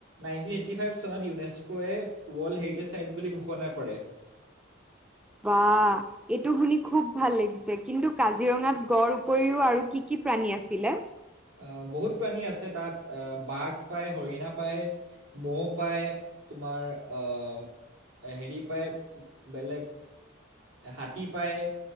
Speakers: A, on the right (about 85°); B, in the centre.
A: নাইনটিন এইটি ফাইভ চনত ইউনেস্কৱে ৱৰ্ল্ড হেৰিটেজ চাইট বুলি ঘোষণা কৰে। <inaudible>
B: বা এইটো শুনি খুব ভাল লাগিছে, কিন্তু কাজিৰঙাত গড় উপৰিও আৰু কি কি প্ৰাণী আছিলে?
A: আহ' বহুত প্ৰাণী আছে তাত, আহ বাঘ পায়, হৰিণা পায়। মহ পাই তোমাৰ আহ হেৰি পায়, বেলেগ হাতী পায়।